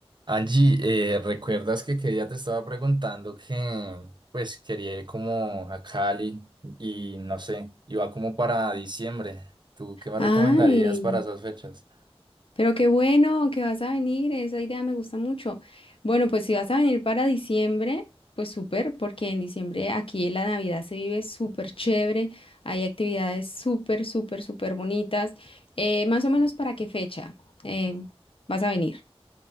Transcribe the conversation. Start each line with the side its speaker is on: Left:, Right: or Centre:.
Right: Angie, eh, ¿recuerdas que, que ya te estaba preguntando que pues quería ir como a Cali y no sé, iba como para diciembre? ¿Tú qué me
Left: Ay,
Right: recomendarías para esas fechas?
Left: pero qué bueno que vas a venir, esa idea me gusta mucho. Bueno, pues si vas a venir para diciembre, pues súper, porque en diciembre aquí en la Navidad se vive súper chévere, hay actividades súper, súper, súper bonitas. Eh, más o menos para qué fecha eh, vas a venir.